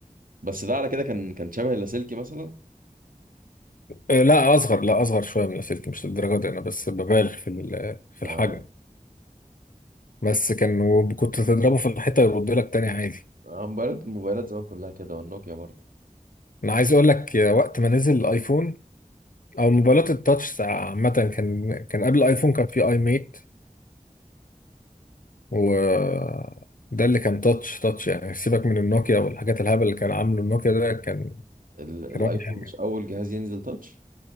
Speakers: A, on the right; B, on the left.
A: بس ده على كده كان كان شبه اللاسلكي مثلا
B: آه، لا اصغر لا اصغر شويه من السلك مش للدرجه دي انا بس ببالغ في ال- في
A: آه.
B: الحجم بس كان وكنت تضربه في الحيطه يرد لك تاني عادي
A: آه، موبايلات موبايلات زمان كلها كده والنوكيا برضه
B: انا عايز اقول لك يا وقت ما نزل الايفون او موبايلات التاتش عامه كان كان قبل الايفون كان في اي ميت و ده اللي كان تاتش تاتش يعني سيبك من النوكيا والحاجات الهبل اللي كان عامله النوكيا ده كان
A: ال- الايفون
B: كان ولا حاجه
A: مش اول جهاز ينزل تاتش